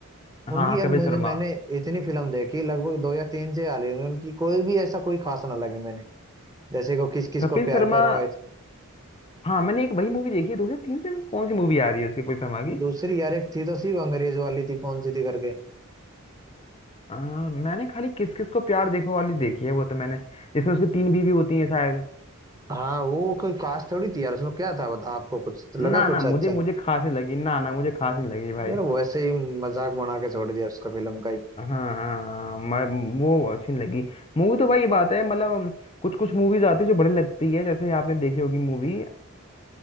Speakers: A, on the left (about 25°); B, on the right (about 15°).
A: हाँ हाँ,
B: उनकी यार
A: कपिल
B: मुझे
A: शर्मा
B: मैंने इतनी फिल्म देखी लगभग दो या तीन से आ रही होंगी उनकी कोई भी ऐसा कोई खास ना लगे मैंने जैसे को किस किस
A: कपिल
B: को प्यार
A: शर्मा
B: करूंगा ऐसी।
A: हाँ मैंने एक वही मूवी देखी है दो हजार तीन से वो कौन सी मूवी आ रही है उसकी कोई शर्मा की
B: दूसरी यार एक थी तो सी वो अंग्रेज वाली थी कौन सी थी करके
A: आ, मैंने खाली किस किस को प्यार देखो वाली देखी है वो तो मैंने जिसमें उसकी तीन बीवी होती है शायद
B: हाँ वो कोई खास थोड़ी थी यार उसमें क्या था बता आपको कुछ लगा
A: ना
B: कुछ
A: ना मुझे
B: अच्छा
A: मुझे खास नहीं लगी ना ना मुझे खास नहीं लगी भाई
B: यार वो ऐसे ही मजाक बना के छोड़ दिया उसका फिल्म का ही
A: हाँ हाँ मैं वो अच्छी नहीं लगी मूवी तो भाई ये बात है मतलब कुछ कुछ मूवीज आती है जो बढ़िया लगती है जैसे आपने देखी होगी मूवी